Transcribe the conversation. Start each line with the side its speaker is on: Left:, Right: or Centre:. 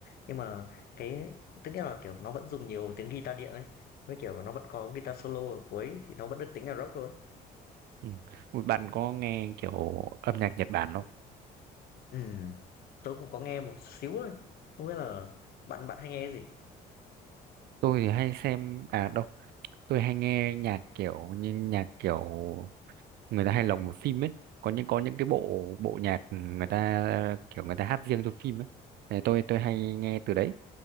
Left: Nhưng mà cái tức nghĩa là kiểu nó vẫn dùng nhiều tiếng guitar điện ấy, với kiểu nó vẫn có guitar solo ở cuối thì nó vẫn được tính là rock thôi.
Right: ừ. Ui, bạn có nghe kiểu âm nhạc Nhật Bản không
Left: Ừ, tôi cũng có nghe một xíu thôi, không biết là bạn bạn hay nghe cái gì.
Right: tôi thì hay xem à đâu tôi hay nghe nhạc kiểu như nhạc kiểu người ta hay lồng vào phim ấy có những có những cái bộ bộ nhạc người ta kiểu người ta hát riêng cho phim ấy thì tôi tôi hay nghe từ đấy